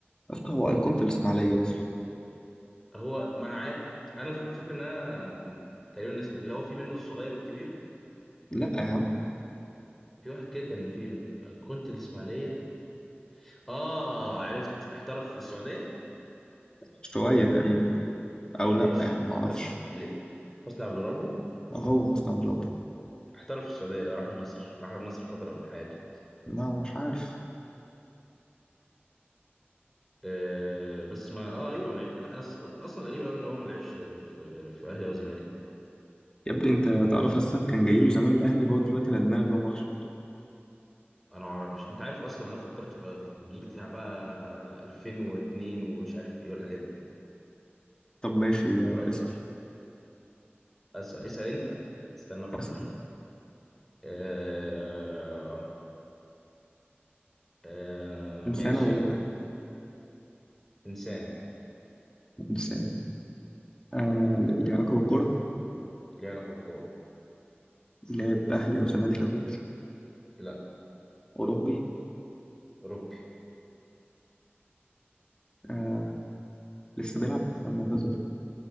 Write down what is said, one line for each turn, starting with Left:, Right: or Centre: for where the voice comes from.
Left: أصل هو أيقونة الإسماعيلية أصلا
Centre: هو ما أنا عارف أنا في الفكرة إن أنا تقريبا الناس اللي هو في منه الصغير والكبير
Left: لا يا عم
Centre: في واحد كده كان في كنت الإسماعيلية آه عرفت احترف في السعودية
Left: شوية تقريبا أو
Centre: ماشي
Left: لا يعني معرفش
Centre: حس... ل... حسني عبد ربه
Left: أهو حسني عبد ربه
Centre: احترف في السعودية راح النصر راح النصر فترة من حياته
Left: لا مش عارف
Centre: أه بس ما اه ايوه ما لعب انا أص- اصلا غريب قوي ان هو ما لعبش في في اهلي او زمالك
Left: يا ابني انت تعرف اصلا كان جاي له زمان الاهلي هو دلوقتي ندمان ان هو ما راحش الأهلي.
Centre: انا ما اعرفش انت عارف اصلا انا فكرت في الجيل بتاع بقى 2002 ومش عارف ايه والحاجات دي
Left: طب ماشي يا
Centre: راح
Left: اسأل
Centre: أس... اسأل انت استنى افكر
Left: اسأل
Centre: أه... أه...
Left: إنسان
Centre: ماشي
Left: ولا
Centre: يلا
Left: جماد؟
Centre: انسان
Left: إنسان آه اللي علاقة بالكورة
Centre: ليه علاقة بالكورة
Left: لاعب أهلي أو زمالك أو كده
Centre: لا
Left: أوروبي
Centre: اوروبي
Left: آه لسه بيلعب ولا معتزل